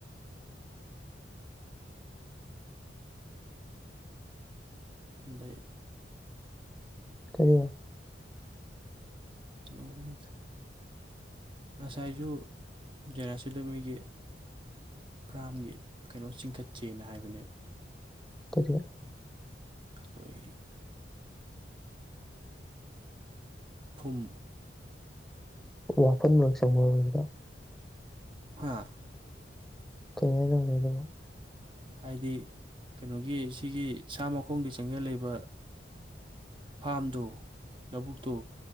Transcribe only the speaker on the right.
ꯍꯗ
ꯅꯅꯤꯗ ꯉꯁꯥꯏꯁꯨ ꯖꯔꯥꯁꯤꯂꯃꯤꯒꯤ ꯐ꯭ꯔꯥꯝꯒꯤ ꯀꯩꯅꯣ ꯆꯤꯡꯈꯠꯁꯦꯅ ꯍꯥꯏꯕꯅꯦꯕ
ꯑꯩꯈꯣꯏ ꯐꯨꯝ
ꯍꯥ
ꯍꯥꯏꯗꯤ ꯀꯩꯅꯣꯒꯤ ꯁꯤꯒꯤ ꯁꯥ ꯃꯈꯣꯡꯗꯤ ꯆꯪꯁꯤꯜꯂꯤꯕ ꯐꯥꯝꯗꯨ ꯂꯧꯕꯨꯛꯇꯨ